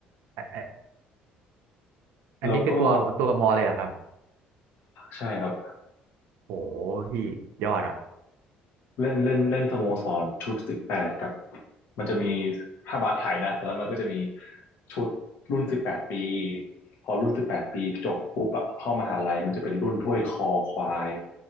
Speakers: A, on the right (about 75°); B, on the left (about 70°).
A: อันอันอันนี้คือตัวตัวมอเลยเหรอครับ
B: แล้วก็ใช่ครับ
A: โหพี่ยอดอ่ะ
B: เล่นเล่นเล่นสโมสรชุดสิบแปดกับมันจะมีถ้าบาสไทยนะตอนนั้นมันก็จะมีชุดรุ่นสิบแปดปีพอรุ่นสิบแปดปีจบปุ๊บอะเข้ามหาลัยมันจะเป็นรุ่นถ้วยคอควาย